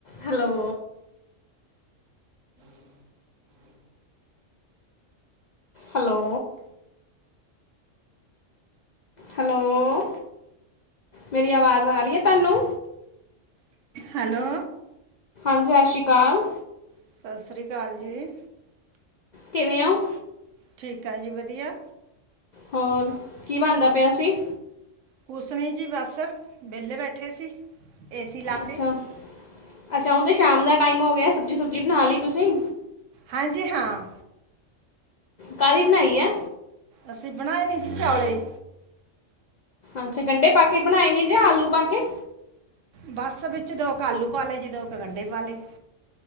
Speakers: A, on the left; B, on the right.
A: Hello. Hello. Hello, ਮੇਰੀ ਆਵਾਜ਼ ਆ ਰਹੀ ਹੈ ਤੁਹਾਨੂੰ।
B: ਹੈਲੋ।
A: ਹਾਂਜੀ, ਸਤਿ ਸ਼੍ਰੀ ਅਕਾਲ।
B: ਸਤਿ ਸ੍ਰੀ ਅਕਾਲ ਜੀ।
A: ਕਿਵੇਂ ਔ?
B: ਠੀਕ ਆ ਜੀ ਵਧੀਆ।
A: ਹੋਰ ਕੀ ਬਣਦਾ ਪਿਆ ਸੀ?
B: ਕੁਛ ਨੀ ਜੀ ਬਸ ਵਿਹਲੇ ਬੈਠੇ ਸੀ ਏਸੀ ਲਾ ਕੇ।
A: ਅੱਛਾ ਅੱਛਾ, ਹੁਣ ਤਾਂ ਸ਼ਾਮ ਦਾ ਟਾਈਮ ਹੋ ਗਿਆ ਸਬਜ਼ੀ-ਸੁਬਜ਼ੀ ਬਣਾ ਲਈ ਤੁਸੀਂ?
B: ਹਾਂਜੀ ਹਾਂ।
A: ਕਾਹਦੀ ਬਣਾਈ ਐ,
B: ਅਸੀਂ ਬਣਾਏ ਨੇ ਜੀ ਚੌਲੇ।
A: ਅੱਛਾ ਗੰਢੇ ਪਾ ਕੇ ਬਣਾਏ ਨੇ ਜੇ ਆਲੂ ਪਾ ਕੇ?
B: ਬੱਸ ਵਿੱਚ ਦੋ ਕੁ ਆਲੂ ਪਾ ਲਏ, ਜੀ ਦੋ ਕੁ ਗੰਢੇ ਪਾ ਲੇ।